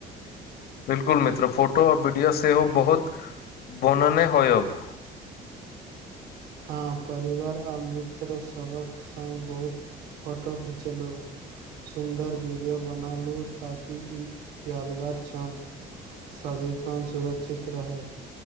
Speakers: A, on the left; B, on the right.
A: बिल्कुल मित्र फोटो आओर वीडियो सेहो बहुत बोनेने होयत अब
B: हँ परिवार आ मित्र सबक संग बहुत फोटो खिचेलू सुन्दर वीडियो बनालू ताकि ई यादगार छनि सदिखन सुरक्षित रहै